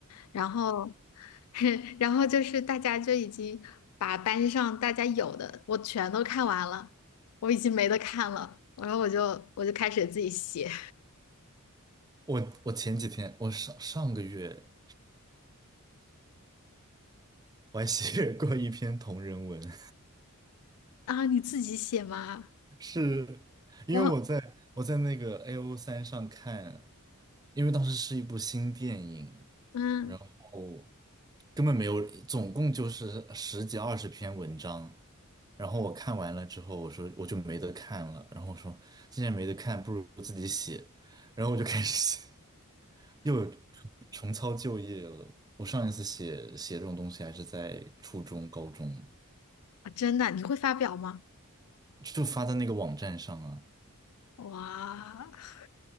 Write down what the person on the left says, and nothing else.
然后 <laughs> 然后就是大家就已经把班上大家有的我全都看完了，我已经没得看了，然后我就我就开始自己写
<laughs> 啊，你自己写吗？
然后
嗯，
啊真的你会发表吗？
哇，<laughs>